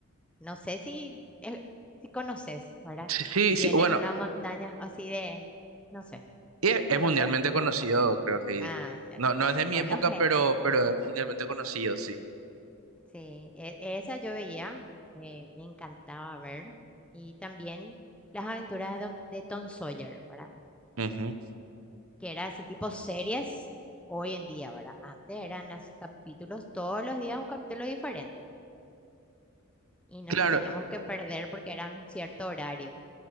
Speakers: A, in the centre; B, on the right.
A: no sé si, eh, si conoces, ¿verdad?
B: Sí, sí,
A: Vivían
B: sí, bueno,
A: en una montaña así de, no sé,
B: es,
A: ¿conoces?
B: es mundialmente conocido, creo que...
A: Ah, ya.
B: No, no es de
A: Sí,
B: mi
A: bueno,
B: época,
A: Heidi.
B: pero, pero es mundialmente conocido, sí.
A: Sí, e- esa yo veía, eh, me encantaba ver. Y también las aventuras de, Don- de Tom Sawyer, ¿verdad?
B: Ujú.
A: Que era así tipo series hoy en día, ¿verdad? Antes eran así capítulos, todos los días un capítulo diferente. Y no
B: Claro.
A: nos teníamos que perder porque era un cierto horario.